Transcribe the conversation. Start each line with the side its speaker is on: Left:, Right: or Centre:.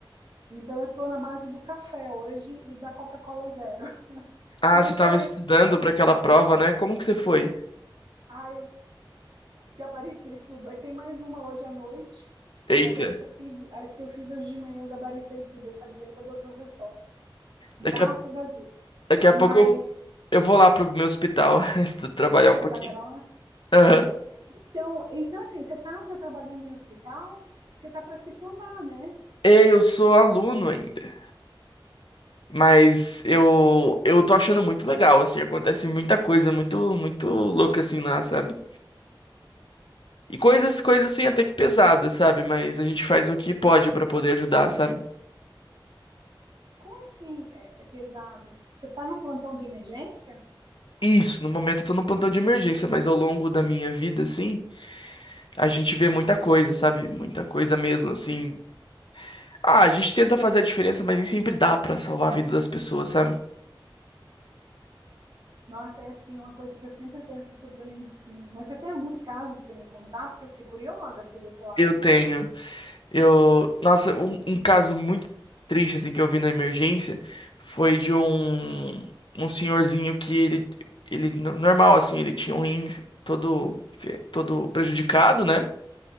Right: então eu tô na base do café hoje e da Coca-Cola zero. <laughs>
Left: Ah,
Right: Mas
Left: você tava
Right: fora
Left: estudando
Right: isso, eu tô bem.
Left: pra aquela prova, né? Como que você foi?
Right: Ah, eu gabaritei tudo. Aí tem mais uma hoje à noite,
Left: Eita,
Right: mas as que eu fiz, as que eu fiz hoje de manhã eu gabaritei tudo, eu sabia todas as respostas. Graças
Left: daqui a,
Right: a Deus.
Left: daqui a
Right: Mas
Left: pouco eu, eu vou lá pro meu hospital <laughs> estu- trabalhar
Right: você
Left: um pouquinho.
Right: vai para lá?
Left: Aham.
Right: Então, então assim, você tá já trabalhando em hospital? Você tá para se formar, né?
Left: Ei, eu sou aluno ainda. Mas eu eu tô achando muito legal, assim, acontece muita coisa muito muito louca assim lá, sabe? E coisas coisas assim até que pesadas, sabe? Mas a gente faz o que pode pra poder ajudar, sabe?
Right: Como assim é, é pesada? Você está num plantão de emergência?
Left: Isso, no momento eu tô num plantão de emergência, mas ao longo da minha vida assim, a gente vê muita coisa, sabe? Muita coisa mesmo, assim. Ah, a gente tenta fazer a diferença, mas nem sempre dá pra salvar a vida das pessoas, sabe?
Right: Nossa, é assim, é uma coisa que eu sempre penso sobre a medicina. Mas você tem alguns casos para me contar? Porque eu fiquei curiosa aqui desse lado
Left: Eu
Right: aqui.
Left: tenho. Eu, nossa, um, um caso muito triste assim que eu vi na emergência foi de um um senhorzinho que ele ele no- normal assim, ele tinha um rim todo fe- todo prejudicado, né?